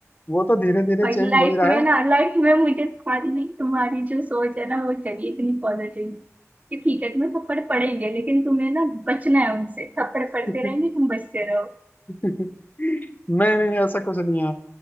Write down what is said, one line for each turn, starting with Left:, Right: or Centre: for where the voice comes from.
Left: वो तो धीरे धीरे
Right: और
Left: चेंज
Right: लाइफ
Left: हो ही रहा
Right: में
Left: है
Right: ना लाइफ में मुझे तुम्हारी तुम्हारी जो सोच है ना वो चाहिए इतनी पॉजिटिव कि ठीक है तुम्हें थप्पड़ पड़ेंगे लेकिन तुम्हें ना बचना है उनसे थप्पड़ पड़ते
Left: <laughs>
Right: रहेंगे तुम बचते रहो
Left: <laughs> नहीं नहीं ऐसा कुछ नहीं है